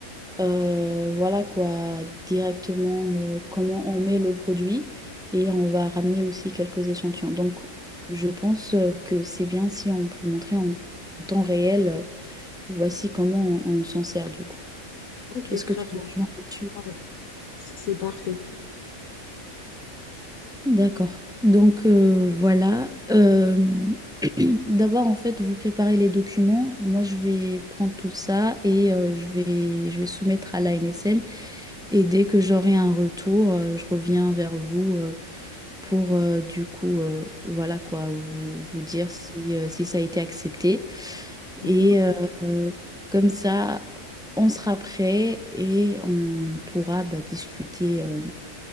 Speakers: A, in the centre; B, on the left.
A: euh, voilà quoi, directement euh, comment on met le produit et on va ramener aussi quelques échantillons. Donc, je pense euh, que c'est bien si on peut montrer en temps réel, euh, voici comment on, on s'en sert du coup.
B: Ok,
A: Est-ce
B: très
A: que tu
B: bien.
A: me rejoins là-dessus?
B: Ouais, c'est parfait.
A: D'accord. Donc euh, voilà. Euh, <clears throat> d'abord, en fait, vous préparez les documents. Moi, je vais prendre tout ça et euh, je vais, je vais soumettre à la l'ANSM. Et dès que j'aurai un retour, euh, je reviens vers vous euh, pour euh, du coup, euh, voilà quoi, vous, vous dire si, euh, si ça a été accepté.
B: D'accord.
A: Et euh, euh, comme ça, on sera prêt et on pourra bah, discuter. euh,